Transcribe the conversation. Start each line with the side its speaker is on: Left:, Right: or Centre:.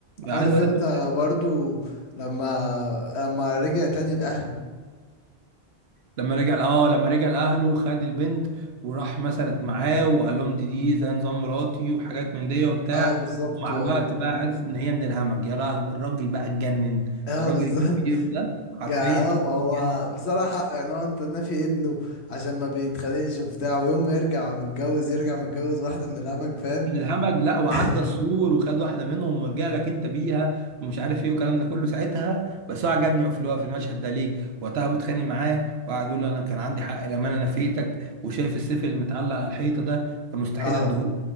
Right: عايز
Left: عارف
Right: اقول
Left: انت
Right: لك
Left: برضو لما لما رجع تاني لاهله
Right: لما رجع اه لما رجع لاهله خد البنت وراح مثلا معاه وقال لهم دي دي زي نظام مراتي وحاجات من دي وبتاع
Left: اه بالظبط
Right: ومع
Left: و-
Right: الوقت بقى عرف ان هي من الهمج يا لهوي الراجل بقى اتجنن
Left: اه
Right: الراجل
Left: بالظبط
Right: الكبير ده حرفيا
Left: يعني اه
Right: كده
Left: ما هو
Right: اتجنن
Left: بصراحة يعني هو انت نافي ابنه عشان ما بيتخانقش وبتاع ويوم ما يرجع متجوز يرجع متجوز واحدة من الهمج فاهم
Right: من الهمج لا وعدى
Left: <laughs>
Right: السور وخد واحده منهم ورجع لك انت بيها ومش عارف ايه والكلام ده كله ساعتها بس هو عجبني في الوقت في المشهد ده ليه وقتها ابو اتخانق معاه وقعد يقول له انا كان عندي حق لما انا نفيتك وشايف السيف اللي متعلق على الحيطه ده فمستحيل
Left: اه
Right: اديهولك